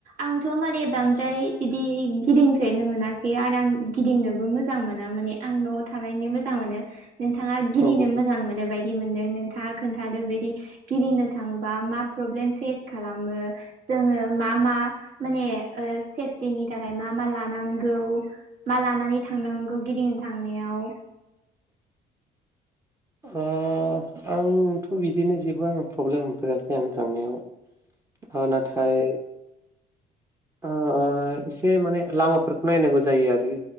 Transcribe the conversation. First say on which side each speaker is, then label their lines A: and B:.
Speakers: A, on the right; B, on the right.
A: आंथ' माने बांद्राय बिदि गिदिंफेरनो मोनाखै आरो आं गिदिंनोबो मोजां। मोजां मोना माने आं न'आव थानायनो मोजां मोनो नोंथाङा गिदिंनो
B: औ
A: मोजां मोनो बायदि मोनदों। थाङा खोन्थादो बिदि गिदिंनो थांबा मा प्रब्लेम फेस खालामो। जोङो मा मा माने ओ सेफटिनि थाखाय मा मा लानांगौ मा लानानै थांनांगौ गिदिंनो थांनायाव
B: ओ आंथ' बिदिनो जेबो आं प्रब्लेम मोनफेराखै आं थांनायाव। अ ना थाय ओ एसे माने लामाफोरखौ नायनांगौ जायो आरो